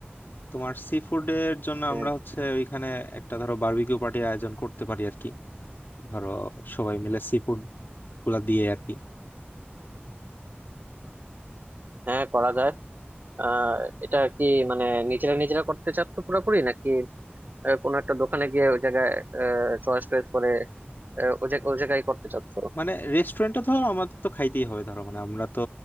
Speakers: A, on the left; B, on the right.
A: তোমার সি ফুডের জন্য
B: হ্যাঁ
A: আমরা হচ্ছে ওইখানে একটা ধরো বারবিকিউ পার্টির আয়োজন করতে পারি আর কি ধরো সবাই মিলে সি ফুড গুলা দিয়ে আর কি
B: হ্যাঁ, করা যায় আহ এটা কি মানে নিজেরা নিজেরা করতে চাচ্ছ পুরোপুরি নাকি আহ, কোনো একটা দোকানে গিয়ে ওই জায়গায় চয়েস টয়েস করে আহ, ওই জায়- ওই জায়গায় করতে চাচ্ছ
A: মানে রেস্টুরেন্টে ধরো আমাদের তো খাইতেই হবে ধরো মানে আমরা তো